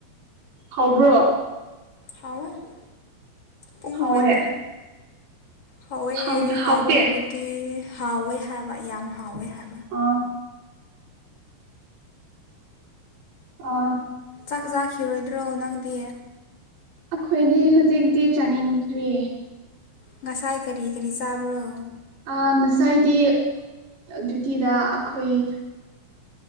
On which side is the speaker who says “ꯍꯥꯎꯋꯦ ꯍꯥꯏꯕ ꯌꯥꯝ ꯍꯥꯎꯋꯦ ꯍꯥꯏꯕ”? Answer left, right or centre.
Left